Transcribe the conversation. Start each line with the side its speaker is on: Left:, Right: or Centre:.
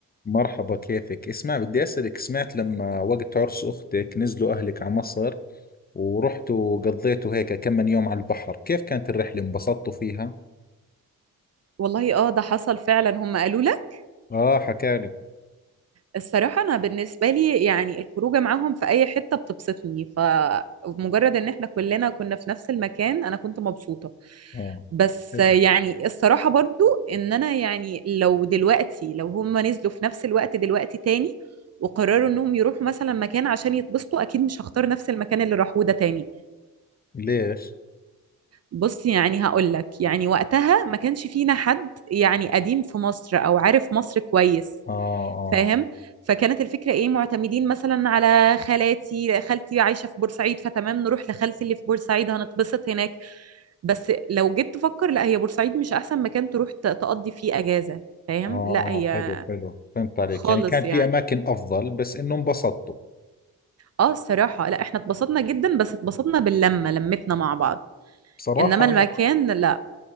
Left: مرحبا كيفك اسمع بدي أسألك سمعت لما وقت عرس أختك نزلوا أهلك على مصر ورحتوا قضيتوا هيك كم من يوم على البحر كيف كانت الرحلة انبسطتوا فيها؟
Right: والله اه ده حصل فعلا هم قالوا لك
Left: آه حكالي
Right: الصراحة أنا بالنسبة لي يعني الخروجة معاهم في أي حتة بتبسطني فمجرد إن احنا كلنا كنا في نفس المكان أنا كنت مبسوطة
Left: آه
Right: بس
Left: حلو
Right: يعني الصراحة برضو إن أنا يعني لو دلوقتي لو هم نزلوا في نفس الوقت دلوقتي تاني وقرروا إنهم يروحوا مثلا مكان عشان يتبسطوا أكيد مش هختار نفس المكان اللي راحوه ده تاني
Left: ليش؟
Right: بص يعني هقول لك يعني وقتها ما كانش فينا حد يعني قديم في مصر أو عارف مصر كويس
Left: آه آه
Right: فاهم فكانت الفكره ايه معتمدين مثلا على خالاتي خالتي عايشه في بورسعيد فتمام نروح لخالتي اللي في بورسعيد هنتبسط هناك بس لو جيت تفكر لا هي بورسعيد مش احسن مكان تروح ت- تقضي فيه اجازه فاهم
Left: آه
Right: لا
Left: آه
Right: هي
Left: حلو حلو فهمت عليك
Right: خالص
Left: يعني كان
Right: يعني
Left: في أماكن أفضل بس إنه انبسطتوا
Right: اه الصراحه لا احنا اتبسطنا جدا بس اتبسطنا باللمه لمتنا مع بعض
Left: بصراحة
Right: انما المكان
Left: أنا
Right: لا